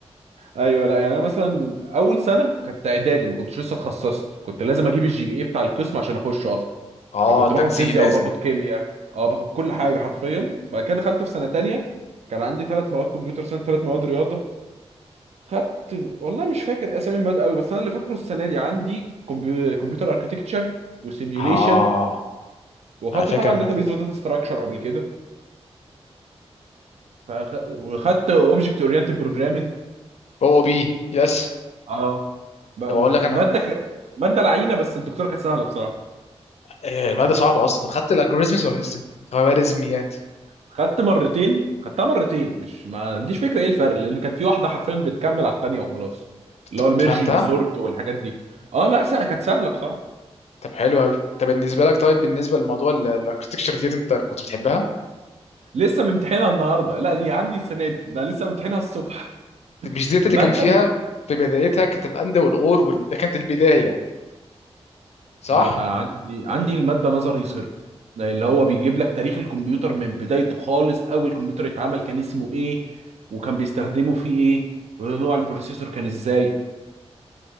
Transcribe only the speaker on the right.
ايوه لا يعني انا مثلا اول سنه كانت اعدادي ما كنتش لسه اتخصصت كنت لازم اجيب الجي بي اي بتاع القسم عشان اخشه اصلا
فكنت
باخد فيزياء
وباخد كيمياء اه باخد كل حاجه حرفيا بعد كده دخلت في سنه تانية كان عندي ثلاث مواد كمبيوتر ساينس ثلاث مواد رياضه خدت والله مش فاكر اسامي المواد قوي بس انا اللي فاكره السنه دي عندي كمبيو- كمبيوتر اركتكتشر وسيميوليشن
وخدت
طبعا
داتابيز
وداتا ستراكشر قبل كده فأخ... وخدت اوبجكت اورينتد بروجرامنج
اه
ماده ك- ماده لعينه بس الدكتوره كانت سهله بصراحه
خدت مرتين خدتها مرتين مش ما عنديش فكره ايه الفرق لان كانت في واحده حرفيا بتكمل على التانيه وخلاص
اللي
هو الميرجنج
سورت والحاجات دي اه لا سهل كانت سهله بصراحه
لسه ممتحنها النهارده لا دي عندي السنه دي ده لسه ممتحنها الصبح
ماده
لا آه، عندي عندي المادة نظري صرف اللي هو بيجيب لك تاريخ الكمبيوتر من بدايته خالص أول كمبيوتر اتعمل كان اسمه إيه وكان بيستخدمه فيه إيه ونوع البروسيسور كان إزاي